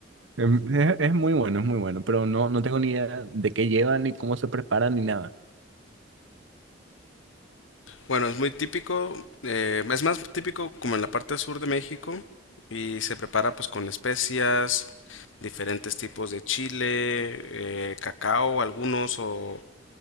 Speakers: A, on the right (about 75°); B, on the left (about 80°).
A: Em, Es, es muy bueno, es muy bueno, pero no, no tengo ni idea de qué llevan, ni cómo se preparan, ni nada.
B: Bueno, es muy típico, eh, es más típico como en la parte sur de México y se prepara pues con especias, diferentes tipos de chile, eh, cacao, algunos o,